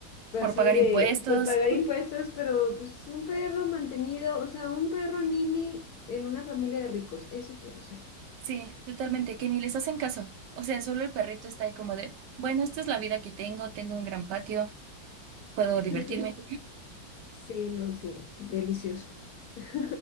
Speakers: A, on the left; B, on the right.
A: pues,
B: por
A: así
B: pagar
A: de,
B: impuestos.
A: por pagar impuestos, pero pues un perro mantenido, o sea, un perro nini en una familia de ricos, eso quiero ser.
B: Sí, totalmente, que ni les hacen caso. O sea, solo el perrito está ahí como de, bueno, esta es la vida que tengo, tengo un gran patio, puedo
A: <laughs>
B: divertirme.
A: Sí, no, sí, delicioso. <laughs>